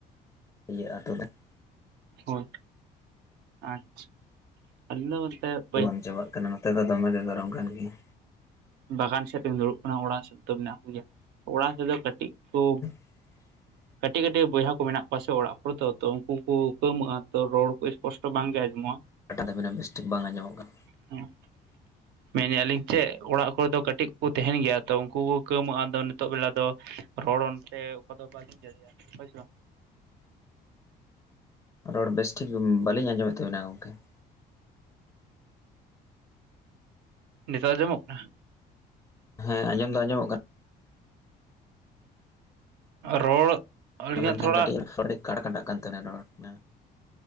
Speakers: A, on the left (about 20°); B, on the right (about 85°).
A: ᱤᱭᱟᱹᱜ-ᱟ <inaudible>
B: ᱦᱳᱭ᱾ ᱟᱪ ᱟᱞᱤᱧ ᱫᱚ ᱵᱚᱞᱛᱮ᱾
A: ᱵᱟᱝ ᱪᱟᱵᱟᱜ ᱠᱟᱱᱟ ᱱᱚᱛᱮ ᱫᱚ ᱫᱚᱢᱮᱜᱮ ᱜᱚᱨᱚᱢ ᱠᱟᱱ ᱜᱮᱭᱟ᱾
B: ᱵᱟᱜᱟᱱ ᱥᱮᱫ <inaudible> ᱫᱩᱲᱩᱵ ᱠᱟᱱᱟ, ᱚᱲᱟᱜ ᱥᱮᱫ ᱫᱚ ᱢᱮᱱᱟᱜ ᱠᱚᱜᱮᱭᱟ ᱾ ᱚᱲᱟᱜ ᱥᱮᱫ ᱫᱚ ᱠᱟᱹᱴᱤᱡ ᱠᱚ
A: <inaudible>
B: ᱠᱟᱹᱴᱤᱡ ᱠᱟᱹᱴᱤᱡ ᱵᱚᱭᱦᱟ ᱠᱚ ᱢᱮᱱᱟᱜ ᱠᱚᱣᱟ ᱥᱮ ᱚᱲᱟᱜ ᱠᱚᱨᱮ ᱛᱚ, ᱛᱚ ᱩᱝᱠᱩ ᱠᱚ ᱠᱟᱹᱣ ᱢᱟᱹᱜᱼᱟ ᱛᱚ ᱨᱚᱲ ᱠᱚ ᱥᱯᱚᱥᱴᱚ ᱵᱟᱝᱜᱮ ᱟᱸᱡᱚᱢᱚᱜᱼᱟ᱾
A: ᱠᱟᱴᱟ ᱛᱟᱵᱤᱱᱟ ᱵᱮᱥᱴᱷᱤᱠ ᱵᱟᱝ ᱟᱸᱡᱚᱜ ᱠᱟᱱ᱾
B: ᱦᱩᱸ᱾ ᱢᱮᱱᱮᱜ ᱟᱹᱞᱤᱧ ᱪᱮᱫ, ᱚᱲᱟᱜ ᱠᱚᱨᱮ ᱫᱚ ᱠᱟᱹᱴᱤᱡ ᱠᱚ ᱛᱟᱦᱮᱸᱱ ᱜᱮᱭᱟ ᱛᱚ ᱩᱝᱠᱩ ᱠᱚ ᱠᱟᱹᱣ ᱢᱟᱹᱜᱼᱟ ᱟᱫᱚ ᱱᱤᱛᱚᱜ ᱵᱮᱞᱟ ᱫᱚ ᱨᱚᱲ ᱚᱱᱛᱮ ᱚᱝᱠᱟ ᱫᱚ ᱵᱟᱹᱞᱤᱧ ᱫᱟᱲᱮᱭᱟᱜ-ᱟ ᱦᱳᱭ ᱥᱮ ᱵᱟᱝ᱾
A: ᱨᱚᱲ ᱵᱮᱥᱴᱷᱤᱠ ᱵᱟᱹᱞᱤᱧ ᱟᱸᱡᱚᱢᱮᱫ ᱛᱟᱵᱤᱱᱟ ᱜᱚᱝᱠᱮ ᱾
B: ᱱᱤᱛᱟᱜ ᱟᱸᱡᱚᱢᱚᱜ ᱠᱟᱱᱟ?
A: ᱦᱮᱸ ᱟᱸᱡᱚᱢ ᱫᱚ ᱟᱸᱡᱚᱢᱚᱜ ᱠᱟᱱ
B: ᱨᱚᱲ ᱟᱹᱞᱤᱧᱟᱜ
A: ᱢᱮᱱᱠᱷᱟᱱ
B: ᱛᱷᱚᱲᱟ
A: ᱠᱟᱹᱴᱤᱡ ᱨᱚᱲ ᱠᱟᱹᱴᱤᱡ ᱠᱟᱴᱟ ᱠᱟᱴᱟ ᱠᱟᱱ ᱛᱟᱵᱤᱱᱟ ᱨᱚᱲ <inaudible>